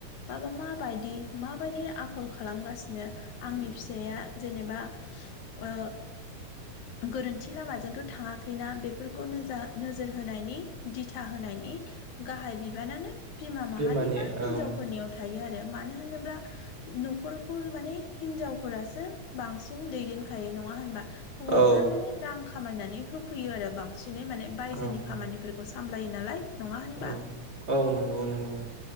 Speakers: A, on the left (about 70°); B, on the right (about 35°).
A: बाबा माबायदि माबायदि आखल खालामगासिनो आंनि फिसाया जेनेबा ओ गोरोन्थि लामाजोंथ' थाङाखैना बेफोरखौ नोजा नोजोर होनायनि दिथा होनायनि गाहाय बिबानानो बिमा माहारि
B: बिमानि
A: बा हिनजावफोरनियाव
B: औ
A: थायो आरो मानो होनोब्ला न'खरखौ माने हिनजावफोरासो बांसिन दैदेनखायो नङा होनबा हौवाफोरा
B: औ
A: माने रां खामायनानै होफैयो आरो बांसिनै माने बायजोनि
B: औ
A: खामानिफोर खौ सामलायो नालाय नङा होनबा
B: औ औ नंगौ नंगौ